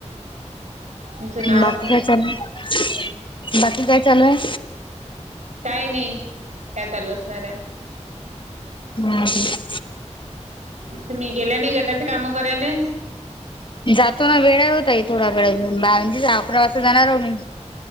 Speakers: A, on the right; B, on the left.
A: तुमचं नाव
B: बाकी काय चालू आहे? बाकी काय चालू आहे?
A: काय नाही. काय चालू असणार आहे?
B: <unintelligible>
A: तुम्ही गेल्या नाही गटाची कामं करायले.
B: जातो ना वेळाय ओ ताई. थोडा वेळ अजून. दहा म्हणजे अकरा वाजता जाणार व मी.